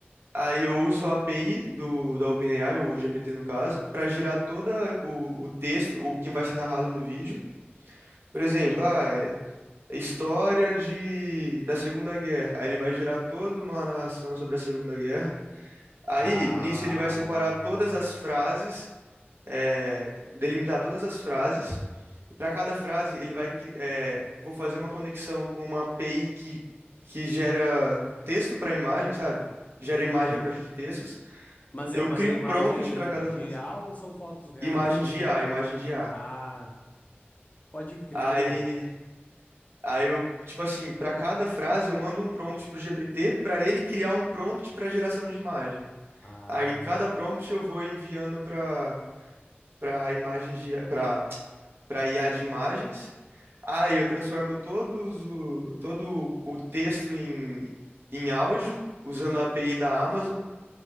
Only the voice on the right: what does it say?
Aí eu uso a API do, da OpenAI, o GPT no caso, para gerar todo o, o texto, o que vai ser narrado no vídeo. Por exemplo, ah, é- é história de, da Segunda Guerra. Aí ele vai gerar toda uma narração sobre a Segunda Guerra. Aí,
nisso, ele vai separar todas as frases, é, delimitar todas as frases. E para cada frase, ele vai, cri- é, vou fazer uma conexão com uma API que, que gera texto para imagem, sabe? Gera
imagem a partir de textos.
Eu
crio
prompt para cada
frase.
Imagem de IA, imagem de IA.
Aí, aí eu, tipo assim, para cada frase eu mando um prompt pro GPT para ele criar um prompt para geração de imagem.
Aí cada prompt eu vou enviando para para imagem de para para IA de imagens. Aí eu transformo todos o todo o texto em em áudio usando a API da Amazon.